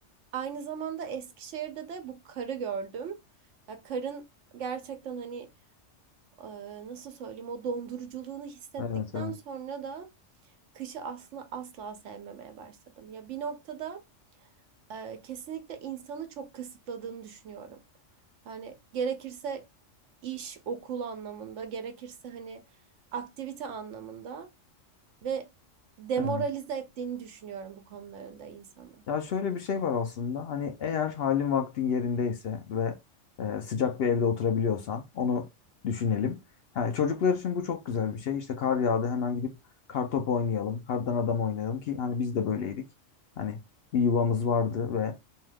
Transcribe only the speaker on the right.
Aynı zamanda Eskişehir'de de bu karı gördüm. Ya karın gerçekten hani e, nasıl söyleyeyim o donduruculuğunu hissettikten
sonra da kışı aslında asla sevmemeye başladım. Ya bir noktada e, kesinlikle insanı çok kısıtladığını düşünüyorum. Hani gerekirse iş, okul anlamında, gerekirse hani aktivite anlamında ve demoralize
ettiğini düşünüyorum bu konularında insanı.